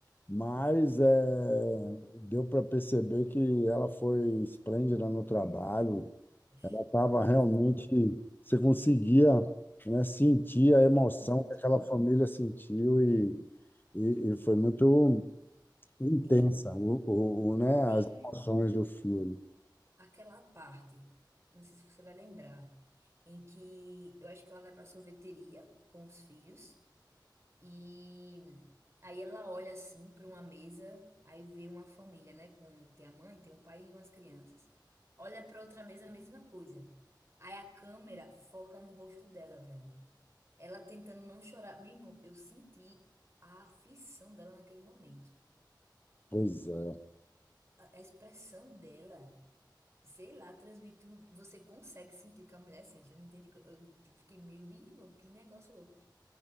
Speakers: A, on the left; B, on the right.
A: Mas é, deu para perceber que ela foi esplêndida no trabalho
B: Oxi.
A: Tava realmente,
B: Hum,
A: você conseguia, né, sentir a emoção
B: Menti.
A: que aquela família sentiu e, e, e foi muito intensa,
B: Ei,
A: o, o, o, né, as
B: tem um-
A: emoções do filme.
B: aquela parte, não sei se você vai lembrar, em que eu acho que ela vai para sorveteria com os filhos. E aí ela olha assim para uma mesa, aí vê uma família, né? Com tem a mãe, tem o pai e umas crianças. Olha para outra mesa, a mesma coisa. Aí a câmera foca no rosto dela, velho. Ela tentando não chorar. Meu irmão, eu senti a aflição dela naquele momento.
A: Pois é.
B: A, a expressão dela, sei lá, transmite. um- Você consegue sentir o que a mulher sente. Eu não entendi. Eu, eu fiquei meio, "Ih, irmão, que negócio louco.